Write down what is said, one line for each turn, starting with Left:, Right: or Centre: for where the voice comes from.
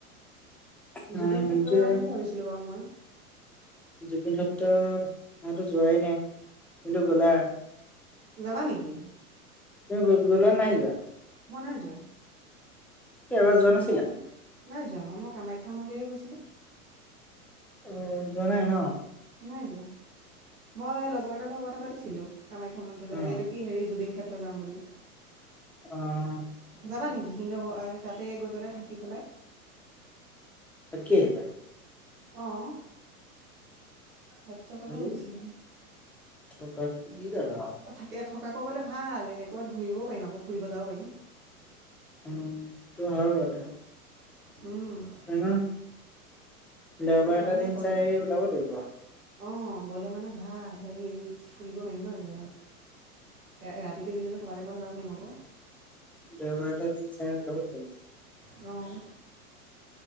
Centre: উম,
Right: জুবিন ক্ষেত্ৰ
Centre: এতিয়া
Right: যাম বুলি ভাবিছিলোঁ বাও মই।
Centre: জুবিন ক্ষেত্ৰ ময়তো যোৱাই নাই তুমিতো গ'লা।
Right: যাবা নিকি?
Centre: তুমি গ গ'লা নে নাই যোৱা।
Right: মই নাই যোৱা।
Centre: কি এবাৰ যোৱা নাছিলা?
Right: ম নাই যোৱা মই মই কামাখ্যা মন্দিৰহে গৈছিলোঁ।
Centre: অ যোৱা নাই ন।
Right: নাই যোৱা, মই লগৰ এটাৰ লগত কথা পাতিছিলোঁ। কামাখ্যা মন্দিলয়
Centre: উম,
Right: এইটো কি হেৰি জুবিন ক্ষেত্ৰ যাম বুলি।
Centre: অঁ'
Right: যাবা নেকি সিন্দ ঘ তাতে গৈ পেলাই থাকি পেলাই।
Centre: থাকি আহিবা।
Right: অঁ অ! ৰাতি থকাকে
Centre: এই
Right: মাতিছিলে,
Centre: থকাকে কি যাবা আৰু।
Right: অঁ থাক- কে থকাকৈ গ'লে ভাল এ কবাত ঘূৰিব পাৰিম আকৌ ফুৰিব যাব পাৰিম।
Centre: উম' তোৰ হয় বাও এতিয়া।
Right: উম'
Centre: এনেও দেওবাৰ
Right: তাৰমানে
Centre: এটা দিন
Right: গ'ল
Centre: চাই আহি ওলাবৈ লাগিব।
Right: অঁ গ'লে মানে ভাল এই ফুৰিব পাৰিম ন এতিয়া। এ এ ৰাতিটো ভিতৰতে ক'বাল কবালে যাব পাৰিম আক।
Centre: দেওবা এটা দিন চাই‌ ল-
Right: অঁ।